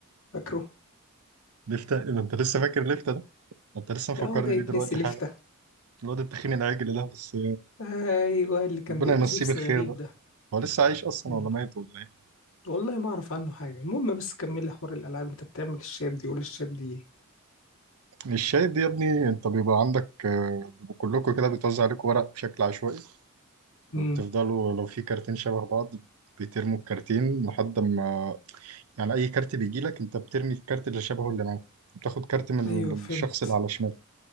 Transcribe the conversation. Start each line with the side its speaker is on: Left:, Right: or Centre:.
Left: فاكره
Right: لفتة إيه ده انت لسه فاكر لفتة ده انت لسه مفكرني
Left: ده هو ده يتنسي
Right: بيه دلوقتي
Left: لفتة
Right: حالا الواد التخين العجل ده بس
Left: ايوه اللي كان
Right: ربنا
Left: بيلبس
Right: يمسيه
Left: لبس
Right: بالخير
Left: غريب
Right: بقى
Left: ده
Right: هو لسه عايش اصلا
Left: يلا
Right: ولا ميت ولا ايه
Left: والله ما اعرف عنه حاجة المهم بس كملي حوار الالعاب انت بتعمل الشاب دي قول الشاب دي ايه
Right: مش شايف دي يا ابني انت بيبقى عندك آه، بيبقوا كلكم كده بيتوزع عليكم ورق بشكل عشوائي
Left: امم
Right: وبتفضلوا لو في كارتين شبه بعض بترموا الكارتين لحد ما يعني اي كارت بيجي لك انت بترمي الكارت اللي شبهه اللي معاك بتاخد كارت من
Left: ايوه
Right: الشخص
Left: فهمت
Right: اللي على شمالك